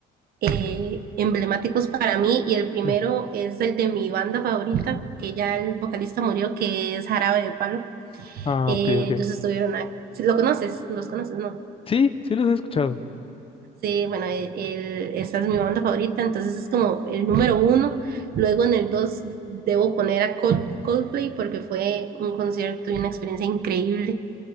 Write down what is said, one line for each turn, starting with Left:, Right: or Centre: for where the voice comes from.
Right: eh, emblemáticos para mí y el primero
Left: Ujú.
Right: es el de mi banda favorita, que ya el vocalista murió, que es Jarabe de Palo.
Left: Ah,
Right: Eh,
Left: ok, ok.
Right: ellos estuvieron, a- ¿lo conoces? ¿Los conoces? No.
Left: Sí, sí los he escuchado.
Right: Sí, bueno, el- el- esa es mi banda favorita, entonces es como el número uno. Luego en el dos debo poner a Col- Coldplay porque fue un concierto y una experiencia increíble.